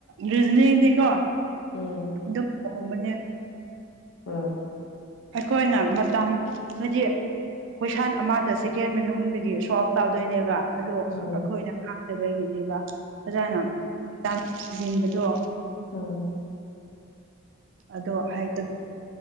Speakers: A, on the right; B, on the left.
A: ꯔꯤꯖꯅꯤꯗꯦ ꯀꯣ
B: ꯎꯝ
A: ꯑꯗꯨꯝ ꯍꯣꯡꯕꯅꯦ
B: ꯎꯝ
A: ꯑꯩꯈꯣꯏꯅ ꯃꯇꯝ ꯍꯧꯗꯤ ꯀꯣꯏꯁꯥꯟ ꯑꯃꯗ ꯁꯦꯀꯦꯟ ꯃꯅꯨꯡꯗꯒꯤ ꯁꯣ ꯑꯞ ꯇꯧꯗꯣꯏꯅꯦꯕ ꯑꯗꯣ
B: ꯎꯝ
A: ꯑꯩꯈꯣꯏꯅ ꯍꯥꯛꯇꯕꯒꯤꯅꯦꯕ ꯐꯖꯅ ꯊꯖꯤꯟꯕꯗꯣ
B: ꯑꯣꯝ
A: ꯑꯗꯣ ꯍꯥꯏꯇꯕꯤ